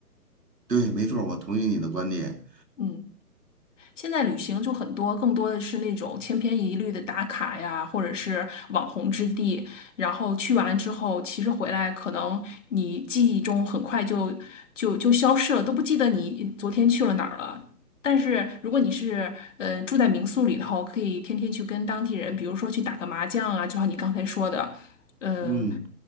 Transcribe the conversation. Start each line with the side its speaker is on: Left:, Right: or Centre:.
Right: 对，没错儿，我同意你的观点。
Left: 嗯。现在旅行就很多，更多的是那种千篇一律的打卡呀，或者是网红之地。然后去完之后，其实回来可能你记忆中很快就就就消失了，都不记得你昨天去了哪儿了。但是如果你是呃住在民宿里头，可以天天去跟当地人，比如说去打个麻将啊，就像你刚才说的，呃，
Right: 嗯，